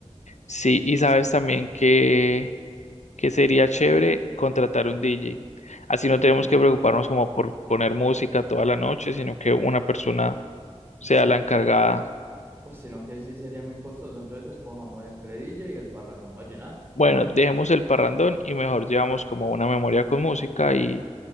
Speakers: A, on the left; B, on the right.
A: Sí, y sabes también que, que sería chévere contratar un DJ. Así no tenemos que preocuparnos como por poner música toda la noche, sino que una persona sea la encargada.
B: Pues sino que sí sería muy costoso, entonces escojamos entre DJ y el parrandón vallenato.
A: Bueno, dejemos el parrandón y mejor llevamos como una memoria con música y,